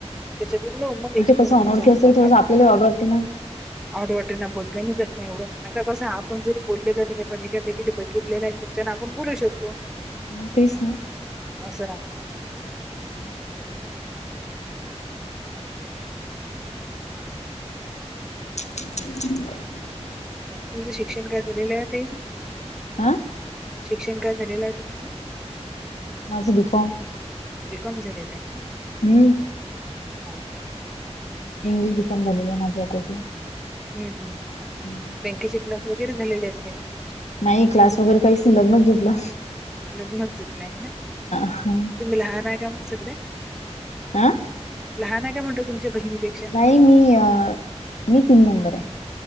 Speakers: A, in the centre; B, on the left (about 80°).
A: त्याच्यातम
B: ते कसं
A: <unintelligible>
B: अनोळखी
A: तुमचा नंबर
B: असते थोडंस
A: काढलाता.
B: आपल्याला ऑड वाटते ना.
A: ऑड वाटेना बोल नाहीच नाही एवढं, आता कसं आपण जरी बोललेो नाही पण इेेकी बघितले नाही तिच्यानं आपण बोलू शकतो.
B: मग तेच ना.
A: अस राहतं.
B: हम्म. <unintelligible>
A: तुमचं शिक्षण काय झालेलं आहे ताई मंग?
B: आं?
A: शिक्षण काय झालेलं आहे तुमचं.
B: माझं बी कॉम
A: बी कॉम झालेलं आहे ना.
B: हम्म
A: हाव काय
B: इंग्लिश बी कॉम झालेल आहे माझं कॉट ला
A: हम्म हम्म.
B: हम्म.
A: बँकेचे क्लास वगैरे झालेले आहेत, काय मग तुमचे?
B: नाही क्लास वगैरे काहीच नई, लग्न जुडलं.
A: लग्नच जुडलंय ना.
B: हा
A: तुम्ही लहान आहे का मंग सगल्यात?
B: आं?
A: लहान आहे काय मोठे तुमच्या बहीणी पेक
B: नाही मी अ मी तीन नंबर ये.